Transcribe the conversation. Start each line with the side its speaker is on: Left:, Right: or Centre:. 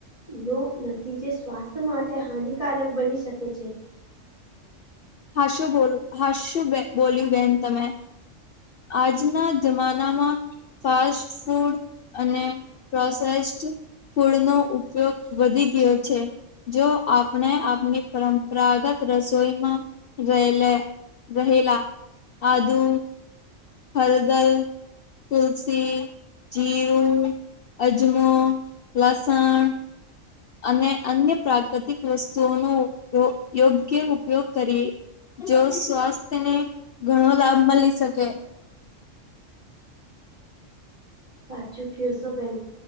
Right: નો નથી જે સ સ્વાસ્થ માટે હાનિકારક બની શકે છે.
Left: હાસું બોલ હાસું બેન બોલ્યું બેન તમે. આજના જમાનામાં ફાસ્ટ ફૂડ અને પ્રોસેસ્ટ ફૂડનો ઉપયોગ વધી ગયો છે. જો આપણે આપણી પરંપરાગત રસોઈમાં રયે લે રહેલા આદુ હલદલ તુલસી, જીરું, અજમો, લસણ અને અન્ય પ્રાકૃતિક વસ્તુઓનો યોયોગ્ય ઉપયોગ કરીએ જો સ્વાસ્થ્યને ઘણો લાભ મલી શકે
Right: સાચું કયો શો બેન